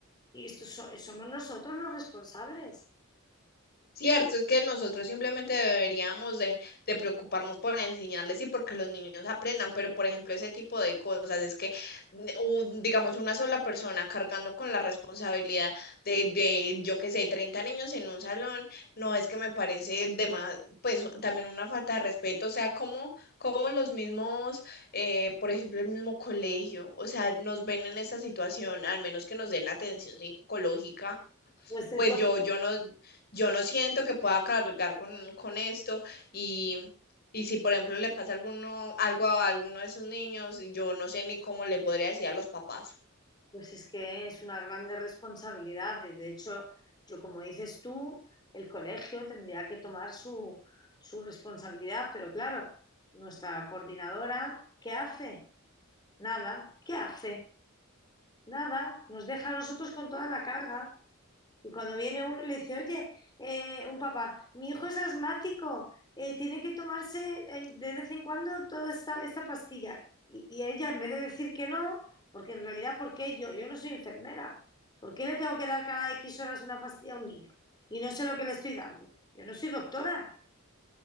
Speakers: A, on the left (about 20°); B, on the left (about 50°).
A: y estos so- somos nosotros los responsables.
B: Cierto, es que nosotros simplemente deberíamos de, de preocuparnos por enseñarles y porque los niños aprendan, pero por ejemplo ese tipo de cosas es que n- u- digamos una sola persona cargando con la responsabilidad de, de yo qué sé, 30 niños en un salón, no es que me parece de más, pues también una falta de respeto, o sea, como, como los mismos, eh, por ejemplo el mismo colegio, o sea, nos ven en esta situación, al menos que nos den atención psicológica
A: Pues es
B: pues
A: lo
B: yo, yo no, yo no siento que pueda cargar con, con esto y, y si por ejemplo le pasa alguno, algo a alguno de esos niños, yo no sé ni cómo le podría decir a los papás.
A: Pues es que es una grande responsabilidad. y De hecho, yo como dices tú, el colegio tendría que tomar su, su responsabilidad, pero claro, nuestra coordinadora, ¿qué hace? Nada, ¿qué hace? Nada, nos deja a nosotros con toda la carga. Y cuando viene uno y le dice, oye, eh, un papá, mi hijo es asmático, eh, tiene que tomarse eh, de vez en cuando toda esta, esta pastilla. Y, y ella, en vez de decir que no, porque en realidad, ¿por qué yo? Yo no soy enfermera. ¿Por qué le tengo que dar cada X horas una pastilla a un niño? Y no sé lo que le estoy dando. Yo no soy doctora,